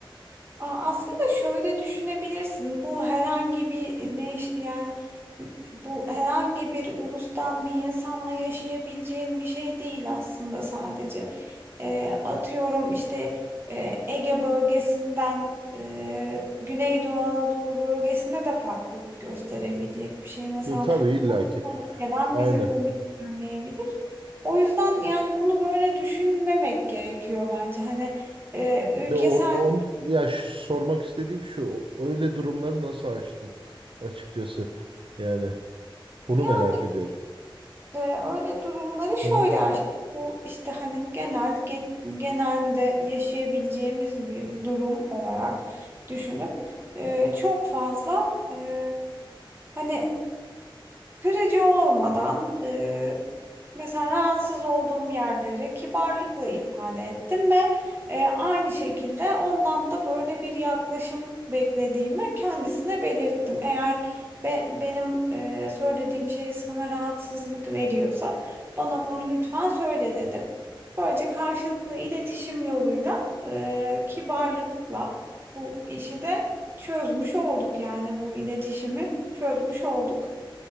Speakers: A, on the right; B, on the right.
A: Aa, Aslında şöyle düşünebilirsin. Bu herhangi bir e, ne iş- yani bu herhangi bir ulustan bir insanla yaşayabileceğin bir şey değil aslında sadece. Ee, atıyorum işte e, Ege bölgesinden e, Güneydoğu Anadolu bölgesine de farklılık gösterebilecek bir şey. Mesela
B: E, tabii illaki.
A: ona komik gelen
B: Aynen.
A: bize komik gelmeyebilir. O yüzden yani bunu böyle düşünmemek gerekiyor bence. Hani e,
B: Ya
A: ülkesel
B: or- on ya ş- sormak istediğim şu. Öyle durumları nasıl aştın açıkçası? Yani bunu
A: Yani
B: merak ediyorum.
A: e, öyle durumları şöyle
B: Aha.
A: aşkım. Bu işte hani genel ge- genelde yaşayabileceğimiz bir durum olarak düşünüp e, çok fazla e, hani Kırıcı olmadan e, mesela rahatsız olduğum yerleri kibarlıkla ifade ettim ve e, aynı şekilde ondan da böyle bir yaklaşım beklediğimi kendisine belirttim. Eğer be- benim e, söylediğim şey sana rahatsızlık veriyorsa bana bunu lütfen söyle dedim. Böylece karşılıklı iletişim yoluyla e, kibarlıkla bu işi de çözmüş olduk yani bu iletişimi çözmüş olduk.